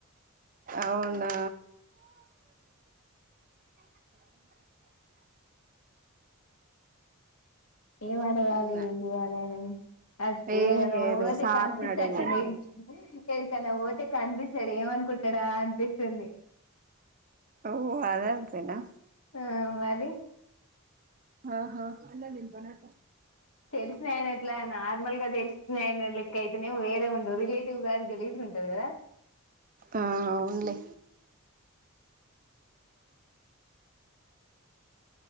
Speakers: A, on the right; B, on the left.
A: అవునా
B: ఏం అడగాాలి
A: ఇంగ
B: ఏం చేయ్యాలి అనని అది
A: ఏం
B: ఏదనా
A: లేదు
B: ఓతే
A: సార్ని
B: కనిపిస్తట్టండి
A: అడుగు
B: ఎకైన్నా ఓతే కనిపిస్త సరే ఏమనుకుంటాడా అనిపిస్తుంది
A: ఓ అదాదనా
B: ఆ మది
A: ఆహా ఎలా దంతోనే
B: తెలిసిన ఆయన ఎట్లా నార్మల్గా తెలుస్తున్నాయి అ లెక్ అయితేనే వేరే ఉండవు రిలేటివ్ గారి గెలిసి ఉంటది కదా
A: ఆ అవునలే